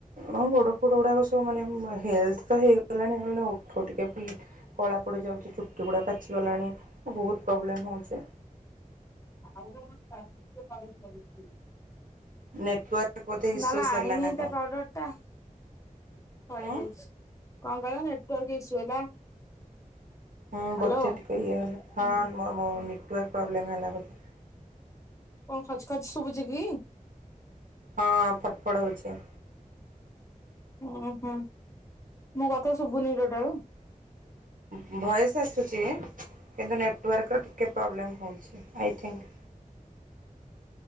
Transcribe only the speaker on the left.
<unintelligible>
ନାଁ ଲୋ ଆଣିନେହି
ତା ପାଉଡରଟା ସରିଯାଇଛି।
କଣ କହିଲ ନେଟୱାର୍କ୍ ଇସୁ ହେଲା?
ହ୍ୟାଲୋ
ହୁଁ।
କଣ ଖଚ୍ ଖଚ୍ ଶୁଭୁଛି କି?
ଉଁ ହୁଁ, ମୋ କଥା ଶୁଭୁନି ଟୋଟାଳ?